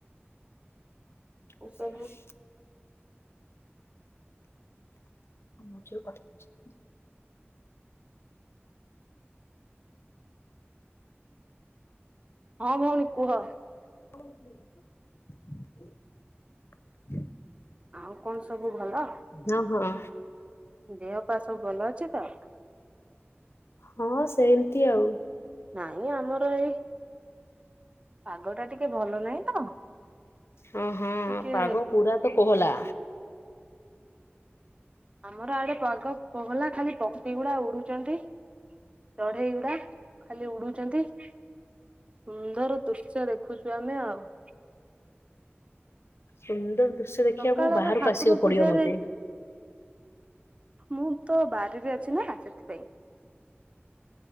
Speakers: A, on the left; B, on the right.
A: ମୁଁ
B: ଏସବୁ
A: ଚାଲିଲି। ମଝିରୁ କଟିଛି।
B: ହଁ ଭଉଣୀ କୁହ।
A: <unintelligible>
B: ଆଉ କଣ ସବୁ ଭଲ,
A: ହଁ ହଁ
B: ଦେହ ପା ସବୁ ଭଲ ଅଛି ତ?
A: ହଁ ସେମିତି ଆଉ।
B: ନାଇଁ ଆମର ଏଇ ପାଗ ଟା ଟିକେ ଭଲ ନାହିଁ ତ।
A: ହଁ ହଁ
B: ଟିକେ
A: ପାଗ ପୁରା ତ କୋହଲା।
B: ଆମର ଆଡେ ପାଗ କୋହଲା ଖାଲି ପକ୍ଷୀ ଗୁଡା ଉଡୁଛନ୍ତି ଚଢେଇ ଗୁଡା। ଖାଲି ଉଡୁଛନ୍ତି ସୁନ୍ଦର ଦୃଶ୍ୟ ଦେଖୁଛୁ ଆମେ ଆଉ।
A: ସୁନ୍ଦର ଦୃଶ୍ୟ ଦେଖିବାକୁ
B: ସକାଳର
A: ବାହାରକୁ
B: ଠାକୁର
A: ଆସିବାକୁ ପଡିବ
B: ପୂଜାରେ
A: ମତେ।
B: ମୁଁ ତ ବାରିରେ ଅଛି ନା ସେଥିପାଇଁ।